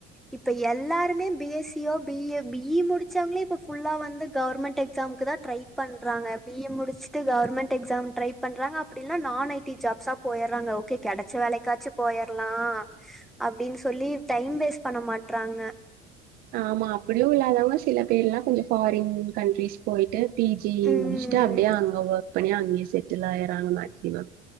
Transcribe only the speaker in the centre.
இப்ப எல்லாருமே B S C O B A B E முடிச்சவங்களே இப்ப ஃபுல்லா வந்து கவர்மெண்ட் எக்ஸாமுக்குதா ட்ரை பண்றாங்க பி ஏ முடிச்சுட்டு ஃகவர்மெண்ட் எக்ஸாம் ட்ரை பன்றாங்க அப்டி இல்லனா நான் ஐ டீ ஜாப்க்கு போய்றாங்க ஓகே கெடச்ச வேலக்காச்சு போயரலா அப்டீனு சொல்லி டைம் வேஸ்ட் பண்ண மாட்றாங்க
ம்